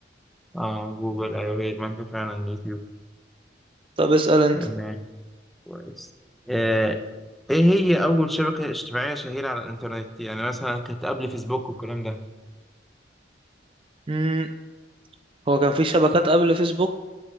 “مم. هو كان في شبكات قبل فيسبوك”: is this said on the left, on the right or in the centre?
Right